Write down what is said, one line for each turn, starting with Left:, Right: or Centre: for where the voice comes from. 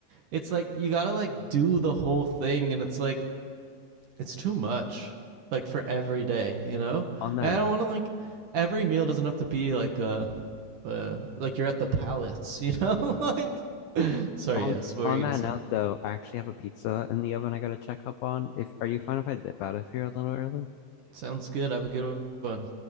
Right: it's like you gotta like do the whole thing, and it's like it's too much. Like for every day, you know.
Left: on that
Right: And I
Left: note,
Right: don't want to like every meal doesn't have to be like a. Uh, like you're at the palace, you know. <laughs> like, sorry,
Left: on
Right: yes. What
Left: on
Right: were you
Left: that
Right: gonna say?
Left: note though, I actually have a pizza in the oven I gotta check up on. If are you fine if I dip out of here a little early?
Right: Sounds good. Have a good one.